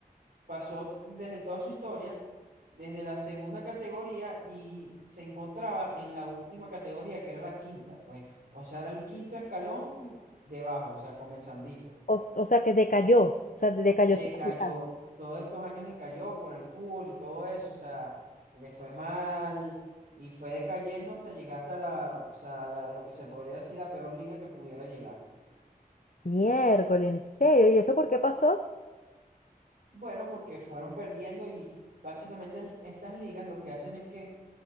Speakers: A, on the right (about 70°); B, on the left (about 55°).
A: pasó t- desde toda su historia, desde la segunda categoría y se encontraba en la última categoría, que era la quinta, pues. O sea, era el quinto escalón debajo, o sea, comenzandito
B: O, o sea, que decayó. O sea, decayó
A: decayó,
B: su calidad.
A: todos estos años decayó por el fútbol y todo eso, o sea, le fue mal y fue decayendo hasta llegar hasta la, o sea, la- lo que se podría decir la peor liga que pudiera llegar.
B: Miércoles, en serio. ¿Y eso por qué pasó?
A: Bueno, porque fueron perdiendo y básicamente el- estas ligas lo que hacen es que